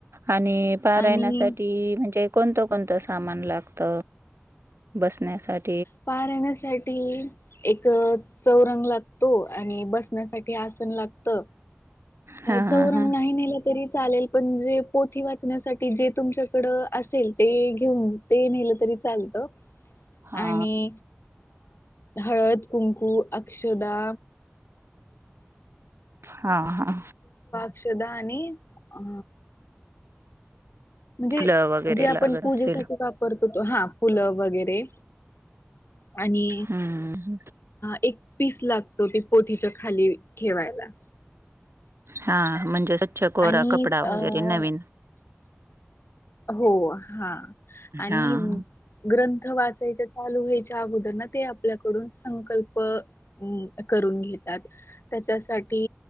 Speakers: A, on the right; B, on the left.
A: आणि पारायण्यासाठी
B: आणि
A: म्हणजे कोणत कोणत सामान लागत बसण्यासाठी
B: पार राहण्यासाठी एक चौरंग लागतो आणि बसण्यासाठी आसन लागत
A: हा
B: चौरंग
A: हा हा
B: नाही नेलं तरी चालेल पणजे पोथी वाचण्यासाठी जे तुमच्याकड असेल ते घेऊन ते नेलं तरी ांलत
A: हा
B: आणि हळद कुंकू अक्षदा
A: हा हा
B: औषदा आणि अ म्हणजे
A: फुलं वगैरे
B: जे आपण
A: लागत
B: पूजेसाठी
A: असतील
B: वापरतो त हा फुलं वगैरे आणि
A: हम्म
B: एक पीस लागतो ते पोथीच्या खाली ठेवायला
A: हा म्हणजे स्वच्छ कोरा
B: आणि
A: कपडा वगैरे
B: अ
A: नवीन
B: हो हा आणि
A: हां.
B: ग्रंथ वाचायच चालू व्हायच च्या अगोदरना ते आपल्याकडून संकल्प करून घेतात त्याच्यासाठी